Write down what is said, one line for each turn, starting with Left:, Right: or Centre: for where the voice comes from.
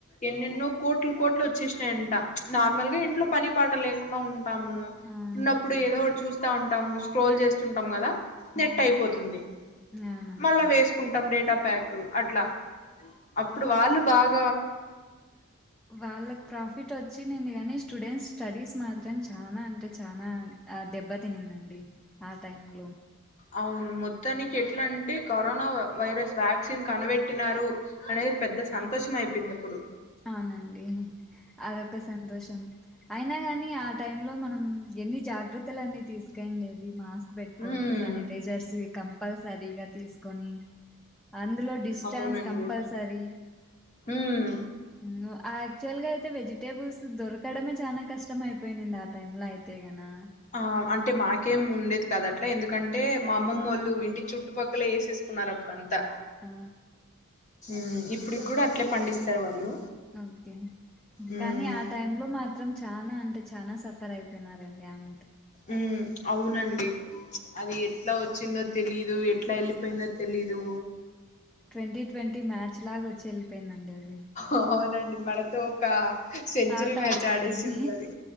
Left: ఎన్నెన్నో కోట్లు కోట్లు వచ్చేసినాయంట నార్మల్గా ఇంట్లో పని పాట లేకుండా ఉంటాము
Centre: అవునండి
Left: ఉన్నప్పుడు ఏదో ఒకటి చూసి చూస్తా ఉంటాము స్క్రోల్ చేస్తుంటాము కదా
Centre: ఉమ్,
Left: నెట్ అయిపోతుంది
Centre: అవునండి
Left: మళ్ళా వేసుకుంటాం డేట ప్యాక్ అట్ల అప్పుడు వాళ్ళు బాగ
Centre: వాళ్ళక్ ప్రాఫిట్ వచ్చింది కాని స్టూడెంట్స్ స్టడీస్ మాత్రం చానా అంటే చానా దెబ్బతినింది అవునండి ఆ టైమ్ లో
Left: అవును మొత్తానికి ఎట్ల అంటే కరోన వైరస్ వ్యాక్సిన్ కనిబెట్టినారు అనేది పెద్ద్ పెద్ద సంతోషం అయిపోయిందప్పుడు
Centre: అవునండి అదొక సంతోషం అయినా గాని ఆ టైమ్లో మనం ఎన్ని జాగ్రత్తలన్నిీ తీసుకండేది మాస్క్ పెట్టుకొని
Left: ఉమ్
Centre: శానిటైజర్స్ కంపల్సరిగా తీసుకొని అందులో డిస్టాన్స్
Left: అవునండి
Centre: కంపల్సరీ
Left: ఉమ్
Centre: మ్ అ యాక్చువల్ గా అయితే వెజిటేబుల్స్ దొరకడమే చాలా కష్టంమయిపోయినంది టైమ్లో అయితే గనా
Left: ఆ అంటే మాకేం ఉండేది కాద్ అట్ల ఎందుకంటే మా అమ్మమ్మ వోళ్ళు ఇంటి చుట్టూ చుట్టుపక్కల వేసేసుకున్నారు అప్పుడు అంతా
Centre: ఆ
Left: మ్ ఇప్పుడికి కూడ అట్లే పండిస్తారు వాళ్ళు
Centre: ఓకే
Left: ఉమ్
Centre: కానీ ఆ టైమ్లో మాత్రం చాన అంటే చానా సఫర్ అయిపోయినారండి అం
Left: ఉమ్ అవునండి అది ఎట్ల వచ్చిందో తెలీదు ఎట్ల వెళ్ళిపోయిందో తెలీదు
Centre: ట్వంటీ ట్వంటీ మ్యాచ్ లాగ వచ్చి వెళ్ళిపోయిందండి అది
Left: అవునండి మనతో ఒక సెంచరీ
Centre: ఆట
Left: మ్యాచ్
Centre: ఆడుకైంది
Left: ఆడేసింది అది